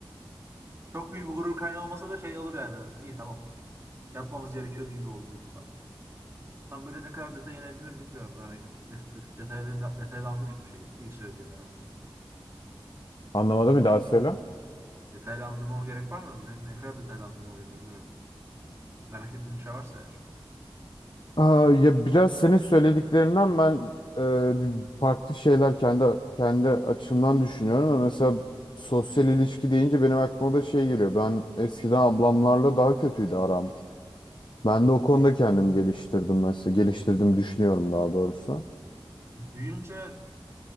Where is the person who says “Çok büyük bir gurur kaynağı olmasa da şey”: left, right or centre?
Right